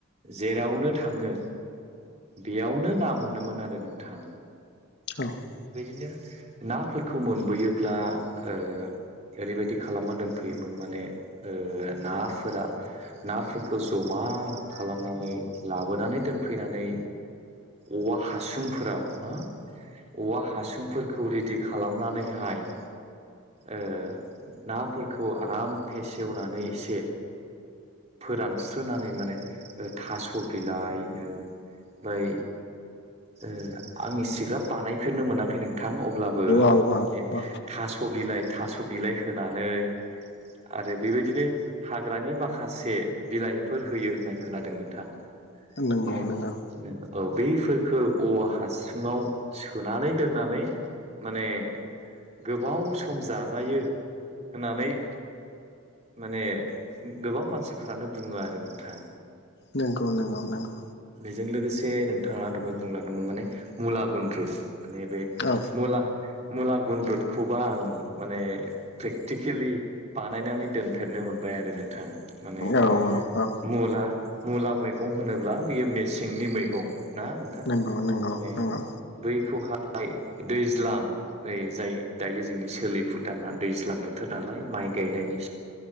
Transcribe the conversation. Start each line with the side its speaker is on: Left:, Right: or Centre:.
Right: जेरावनो थाङो बेयावनो ना मोनोमोन आरो नोंथां ।
Left: औ ।
Right: बेदिनो नाफोरखौ मोनबोयोब्ला ओ । ओरैबायदि खालामना दोनफैयोमोन माने नाफोरा नाफोरखौ जमा खालामनानै लाबोनानै दोनफैनानै औवा हासुंफोराव हो । औवा हासुंफोरखौ रेडि खालामनानैहाय । ओ नाफोरखौ आराम फेसेवनानै एसे फोरानस्रोनानै माने । थास' बिलाइ ओमफ्राय ओ आं इसिग्राब बानायफेरनो मोनाखै नों। थां अब्लाबो
Left: औ औ
Right: ए
Left: औ
Right: थास' बिलाइ थास' बिलाइ होनानै । आरो बेबायदिनो हाग्रानि माखासे बिलाइफोर होयो होननाय खोनादों नोंथां
Left: नंगौ
Right: मालै
Left: नंगौ
Right: नों औ बैफोरखो औवा हासुङाव सोनानै दोननानै माने गोबाव सम जाजायो होननानै । माने गोबां मानसिफोरानो बुङो आरो नोंथां।
Left: नंगौ नंगौ नंगौ।
Right: जों लोगोसे नोंथाङा दहाय बुंलांदोंमोन माने मुला गनद्रुद मान बे
Left: औ
Right: मला । मुला गुन्द्रुदखौबा आं माने प्रेक्टिकेलि बानायनानै दोनफेरनो मोनबाय आरो नों थां माने
Left: औ औ
Right: मुला मुला मैगं होनोब्ला बियो मेसेंनि मैगं ना नोंथां
Left: नंगौ नंगौ
Right: माने
Left: नंगौ
Right: दबै खहा दैज्लां नै जाय दायो जोंनि सोलिफु दाना दैज्लां बोथोर नालाय म माय गायनायनि